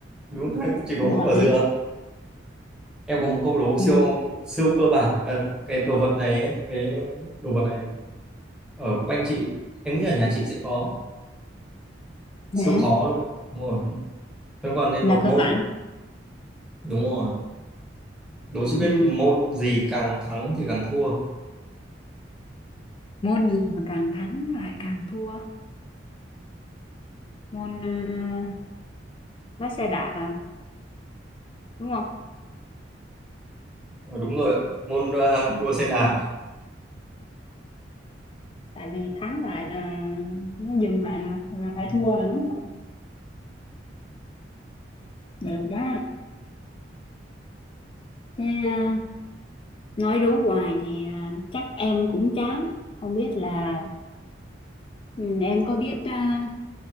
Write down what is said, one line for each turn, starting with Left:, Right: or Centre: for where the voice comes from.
Centre: đúng không? chỉ có
Left: cũng
Centre: mỗi
Left: hợp
Centre: quả
Left: lý
Centre: dừa em có một câu đố siêu
Left: ừ
Centre: siêu cơ bản Ờ, cái đồ vật này ấy, cái đồ vật này ở quanh chị em nghĩ ở nhà chị sẽ có siêu
Left: vậy
Centre: khó
Left: á
Centre: luôn đúng rồi nó còn đến
Left: là
Centre: một môn
Left: cơ bản
Centre: đúng rồi đố chị biết
Left: ừ
Centre: môn gì càng thắng thì càng thua
Left: môn gì mà càng thắng lại càng thua môn uh, lái xe đạp à đúng không
Centre: Ờ, đúng rồi môn ờ, đua xe đạp
Left: tại vì thắng lại là nó dừng lại mà là phải
Centre: đúng
Left: thua
Centre: rồi.
Left: là đúng rồi được đó thế à, Nói đố hoài thì à, chắc em cũng chán. Không biết là ừ, em có biết à,